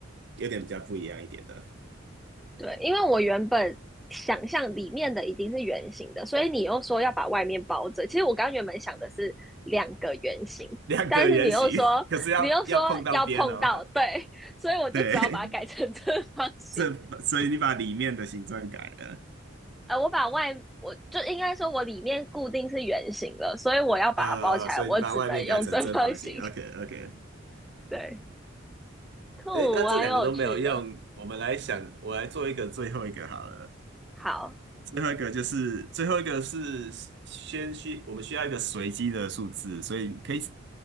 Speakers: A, on the right; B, in the centre.
A: 有点比较不一样一点的。
B: 对，因为我原本想象里面的已经是圆形的，所以你又说要把外面包着。其实我刚原本想的是两个圆形，
A: <laughs> 两个圆形，
B: 但是你又说你又说要碰到，
A: 可是要要碰到边哦。
B: 对，所以我就只好把它改成正方形。
A: <laughs> 对，这所以你把里面的形状改了，
B: 呃，我把外我就应该说我里面固定是圆形的，所以我要把它包起来，
A: 呃，所以你把外面改成正方形。
B: 我只能用正方形。
A: OK OK，
B: 对，酷，
A: 诶，那这两个都没有用，
B: 蛮有趣的。
A: 我们来想，我来做一个最最后一个好了，
B: 好，
A: 最后一个就是最后一个是先需，我们需要一个随机的数字，所以你可以